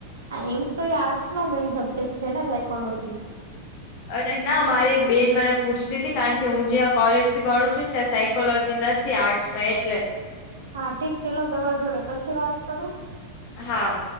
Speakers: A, on the right (about 65°); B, on the left (about 45°).
A: હા એમ તો એ આર્ટસ માં મેઈન સબ્જેક્ટ છે ને સાયકોલોજી.
B: અરે ના મારી એક બેન મને પૂછતી હતી કારણ કે હું જ્યાં કોલેજ થી ભણું છું ને ત્યાં સાયકોલોજી નથ નથી આર્ટસ માં એટલે
A: હા ઠીક ચલો તમાર જોડે પછી વાત કરું.
B: હા.